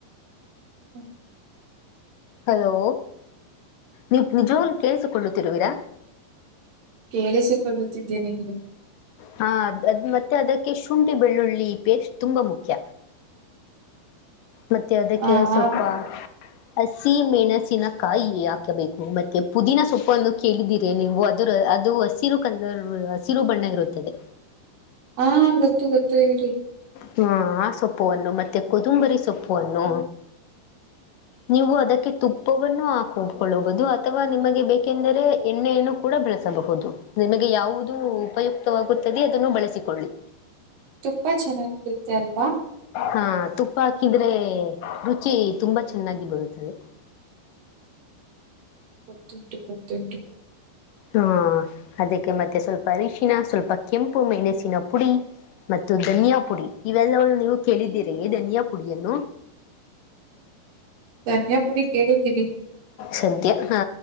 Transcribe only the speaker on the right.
ಹ್ಮ
ಕೇಳಿಸಿಕೊಳ್ಳುತ್ತಿದ್ದೇನೆ ಹೇಳಿ.
ಆ
ಆಮ್-
ಹಾ ಗೊತ್ತು ಗೊತ್ತು ಹೇಳಿ.
ತುಪ್ಪ ಚೆನ್ನಾಗಿರುತ್ತೆ ಅಲ್ವಾ.
ಗೊತ್ತುಂಟು ಗೊತ್ತುಂಟು.
ಧನ್ಯಾಪುಡಿ ಕೇಳಿದ್ದೀವಿ.